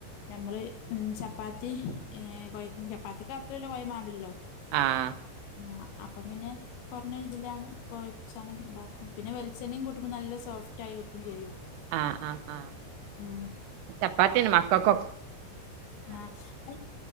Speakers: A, on the left; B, on the right.
A: ഞമ്മള് ഉം ചപ്പാത്തി ഏ കൊയ്ക്കും ചപ്പാത്തിക്ക് അത്രല്ല കൊയ മാണ്ടല്ലോ.
B: ആഹ്
A: മാ അപ്പ പിന്നെ കൊർഞ്ഞ ഇതിലാണ് കൊയച്ചാൻ ഇണ്ടാക്കും പിന്നെ വെൽ ച്ചെണ്ണേം കൂട്ടുമ്പോ നല്ല സോഫ്റ്റായി കിട്ടും ചെയ്യും.
B: ആ ആ ആ
A: ഉം
B: ചപ്പാത്തി അയ്ന് മക്കക്കൊ
A: ആ അഹ്